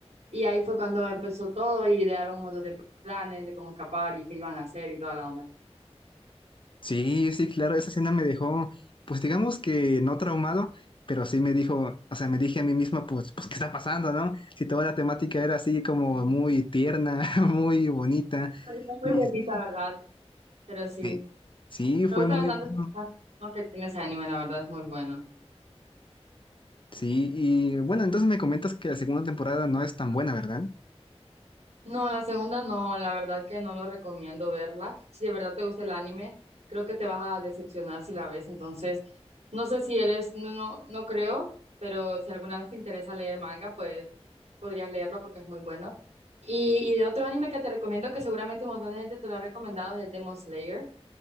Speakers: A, on the right; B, on the left.
A: Y ahí fue cuando empezó todo y idearon un montón de planes de cómo escapar y qué iban a hacer y toda la onda.
B: Sí, sí, claro, esa escena me dejó, pues digamos que no traumado, pero sí me dijo, o sea, me dije a mí misma, pues, pues, ¿qué está pasando, no? Si toda la temática era así como muy tierna, <laughs> muy bonita,
A: Está muy
B: y
A: bonita,
B: sí,
A: ¿verdad? Pero sí,
B: sí, sí, fue
A: me gusta
B: muy
A: bastante
B: bueno.
A: el que tiene ese anime, la verdad es muy bueno.
B: Sí, y bueno, entonces me comentas que la segunda temporada no es tan buena, ¿verdad?
A: No, la segunda no, la verdad que no lo recomiendo verla. Si de verdad te gusta el anime, creo que te vas a decepcionar si la ves. Entonces, no sé si eres, no, no, no creo, pero si alguna vez te interesa leer manga, pues podrías leerlo porque es muy bueno. Y, y de otro anime que te recomiendo, que seguramente un montón de gente te lo ha recomendado, es el Demon Slayer.